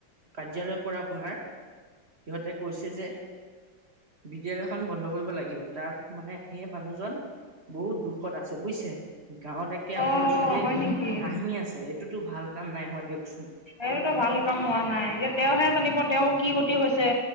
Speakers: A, on the right; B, on the left.
A: কাৰ্যালয়ৰ পৰা আপোনাৰ সিহঁতে কৈছে যে বিদ্যালয় খন বন্ধ কৰিব লাগিব তাৰ মানে সেই মানুহজন বহুত দুখত আছে বুইছে গাঁৱত একে
B: অ
A: আপোনাৰ চবেই
B: হয় নেকি
A: হাঁহি আছে। এইতোটো ভাল কাম নাই হোৱা দিয়কচোন।
B: এইটোতো ভাল কাম হোৱা নাই এতিয়া তেওঁহে জানিব তেওঁ কি গতি হৈছে